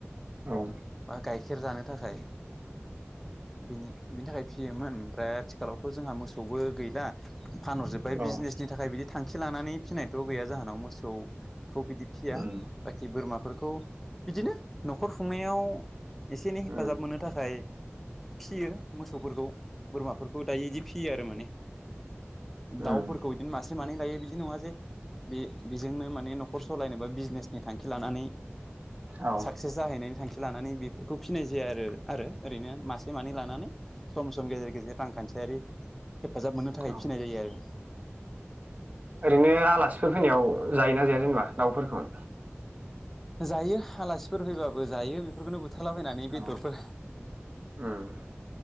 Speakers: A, on the right; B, in the centre.
A: औ
B: बा गाय खेर जानो थाखाय <unintelligible> बिनि थाखाय। फियोमोन ओमफ्राय आथिखालावथ' जोंहा मोसौबो गैला। फानहरजोब्बाय
A: अ
B: बिजिनेसनि थाखाय बिदि थांखि लानानै फिनायथ' गैया जाहानाव मोसौ खौ बिदि भिसिया
A: उम
B: बाखि बोरमा फोरखौ बिदिनो न'खर खुंनायाव एसे एनै हेफाजाब
A: उम
B: मोननो थाखाय। फिसियो मोसौफोरखौ बोरमाफोरखौ दायो बिदि फिसियो आरो माने। दाउफोरखौ
A: उम
B: इदिन मास से माने दायो बिदि नङा जे बे बेजोंनो मा ने न'ख खर सलायनोबा बिजनेसनि थांखि लानानै
A: औ
B: साक्सेस जाहैनायनि थांखि। लानानै बेफोर खौ फिसिनाय जाया आरो आरो ओरैनो मासे मानै लानानै। सम सम गेजेर गेजेर रांखान्थियारि हेफाजाब मोननो थाखाय
A: औ
B: फिसिनाय जायो आरो
A: ओरैनो आलासिफोर फैनायाव जायोना जाया जेनबा दाउफोरखौ?
B: जायो आलासिफोर फैबाबो जायो बेफोरखौनो बु थारलाबायनानै
A: अ
B: बेदरफोर
A: उम